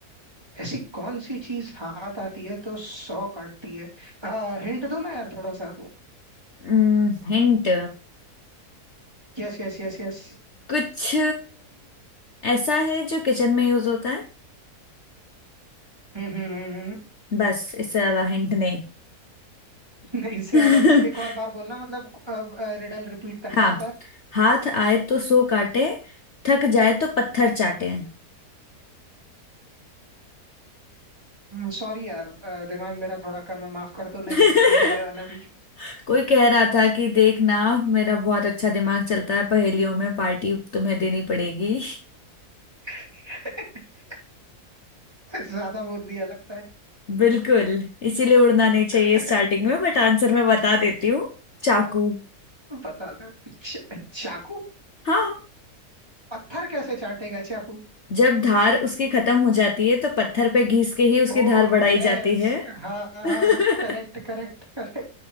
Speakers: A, on the right; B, on the left.
A: ऐसी कौन सी चीज हाथ आती है तो सौ काटती है आ, हिंट दो ना यार थोड़ा सा
B: हम्म, हिंट
A: Yes yes yes yes
B: कुछ ऐसा है जो किचन में यूज होता है
A: हम्म हम्म हम्म हम्म।
B: बस इससे ज्यादा हिंट नहीं
A: <laughs> नहीं, इससे
B: <laughs>
A: ज्यादा नहीं एक और बार बोलना मतलब रिडल रिपीट करना
B: हाँ
A: है एक बार
B: हाथ आए तो सो काटे थक जाए तो पत्थर चाटे
A: सॉरी यार अ, दिमाग मेरा थोड़ा कम है माफ कर तो नहीं
B: <laughs>
A: है मुझे ये वाला भी
B: कोई कह रहा था कि देखना मेरा बहुत अच्छा दिमाग चलता है पहेलियों में पार्टी तुम्हें देनी पड़ेगी
A: <laughs> ज्यादा बोल दिया लगता है
B: बिल्कुल इसीलिए उड़ना नहीं चाहिए
A: <laughs>
B: स्टार्टिंग में बट आंसर मैं बता देती हूँ चाकू
A: बता दो चा- चाकू
B: हाँ
A: पत्थर कैसे चाटेगा चाकू
B: जब धार उसकी खत्म हो जाती है तो पत्थर पे घिस के ही उसकी
A: ओ
B: धार
A: यस
B: बढ़ाई जाती है
A: हाँ हाँ
B: <laughs>
A: हाँ, करेक्ट करेक्ट करेक्ट